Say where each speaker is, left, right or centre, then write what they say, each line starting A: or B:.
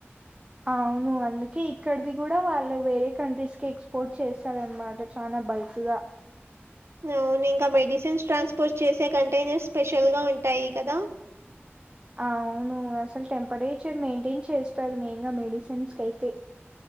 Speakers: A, on the right; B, on the right.
A: అవును, అందుకే ఇక్కడవి కూడా వాళ్ళు వేరే కంట్రీస్ కి ఎక్స్పోర్ట్ చేస్తారన్నమాట. చానా బల్క్ గా
B: అవును ఇంకా మెడిసిన్స్ ట్రాన్స్పోర్ట్ చేసే కంటైనర్స్ స్పెషల్ గా ఉంటాయి కదా?
A: ఆ అవును అసలు టెంపరేచర్ మెయింటైన్ చేస్తారు. మెయిన్ గా మెడిసిన్స్ క అయితే.